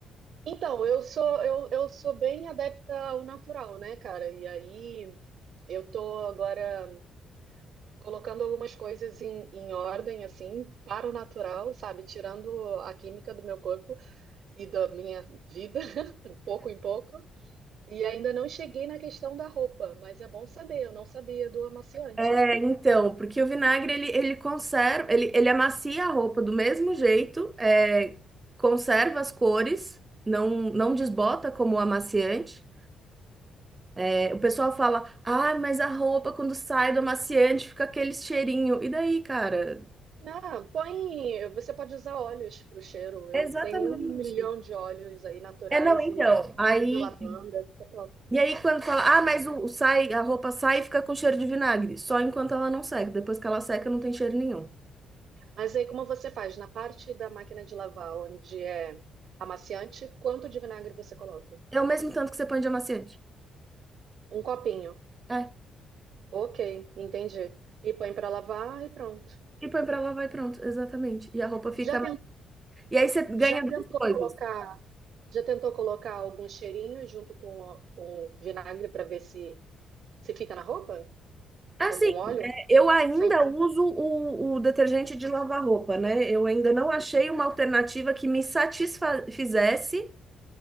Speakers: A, on the right (about 65°); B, on the right (about 20°).
A: Então, eu sou eu, eu sou bem adepta ao natural, né, cara? E aí eu tô agora colocando algumas coisas em, em ordem, assim, para o natural, sabe? Tirando a química do meu corpo e da minha vida, <laughs> de pouco em pouco. E ainda não cheguei na questão da roupa, mas é bom saber, eu não sabia do amaciante.
B: É, então, porque o vinagre ele, ele conserva, ele, ele amacia a roupa do mesmo jeito, é, conserva as cores, não, não desbota como o amaciante. É, o pessoal fala, ah, mas a roupa quando sai do amaciante fica aquele cheirinho. E daí, cara?
A: Ah, põe. Você pode usar óleos para o cheiro.
B: Exatamente.
A: Eu tenho um milhão de óleos aí naturais
B: É, não, então.
A: e
B: Aí
A: usa lavanda, fica top.
B: E aí, quando fala, ah, mas o, o sai, a roupa sai e fica com cheiro de vinagre. Só enquanto ela não seca. Depois que ela seca, não tem cheiro nenhum.
A: Mas aí, como você faz? Na parte da máquina de lavar, onde é amaciante, quanto de vinagre você coloca?
B: É o mesmo tanto que você põe de amaciante.
A: Um copinho.
B: É.
A: Ok, entendi. E põe para lavar e pronto.
B: E põe pra lavar e pronto. Exatamente. E a roupa fica.
A: Já
B: ma- E aí você ganha
A: Já tentou
B: duas coisas.
A: colocar, já tentou colocar algum cheirinho junto com, o- com o vinagre para ver se se fica na roupa?
B: É Assim,
A: Algum óleo?
B: eu ainda
A: Sem ser.
B: uso o, o detergente de lavar roupa, né? Eu ainda não achei uma alternativa que me satisfizesse